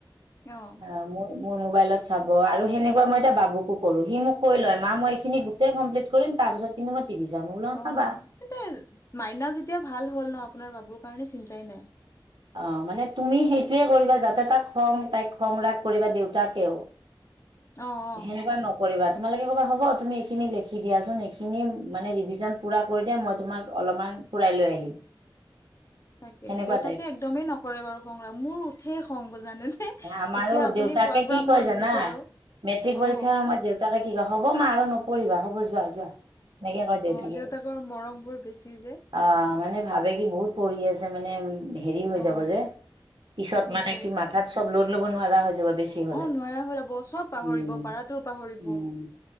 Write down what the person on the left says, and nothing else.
অ
অহ,
তেন্তে মাইনা যেতিয়া ভাল হ'ল ন' আপোনাৰ বাবুৰ কাৰণে চিন্তাই নাই।
অ অ
<inaudible> তাকে
দেউতাকে
একদমেই নকৰে বাৰু খং ৰাগ। মোৰ উঠে খং জানে নে?
এতিয়া আপুনি
কোৱাৰ পৰা
মই বুজিছো
আৰু
অ
অ দেউতাকৰ মৰম বোৰ বেছি যে
অ
সেইটোৱে
অ নোৱাৰা হৈ যাব চব পাহৰিব
পাৰাটোও পাহৰিব